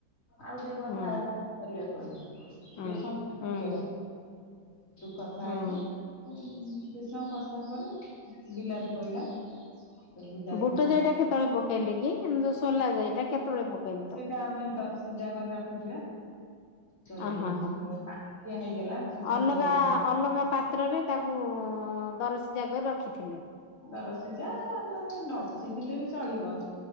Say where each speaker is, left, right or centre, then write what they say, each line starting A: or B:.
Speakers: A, on the left; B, on the left.
A: ଆଉ ଟିକେ କଥା
B: ହୁଁ
A: ହେଲା ପରିବା ଫଡିକି
B: ହୁଁ
A: ଯୋଉ ସେଇଠୁ
B: ହୁଁ ହୁଁ
A: କଷା
B: ହୁଁ
A: ହେଇକି। ଭୃଷଙ୍ଗ ପତ୍ର ପରେ ବିଲାତି ପଇଲା ବିଲାତି
B: ବୁଟ ଜାଇଟା କେତେବେଳେ, ପକେଇଲେ କି ଆମେ ଯୋଉ ସୋଲା ଜାଇଟା କେତେବେଳେ ପକେଇଲେ
A: ସେଇଟା
B: ତଉ
A: ଆମେ ଦର ସିଜା କରି ରଖିଥିବା। ଯଦି
B: ଅ ହଁ
A: ଯେତେବେଳେ
B: ହଁ
A: ବାଟିଆ ହେଇଗଲା ଖଷା
B: ଅଲଗା
A: ସାରିବା ପରେ
B: ଅଲଗା ପା ପାତ୍ରରେ ତାକୁ ଦରସିଝା କରି ରଖିଥିଲେ।
A: ଦରସିଯା ମାନେ ନସିିଝିଲେ ବି ଚଳିବ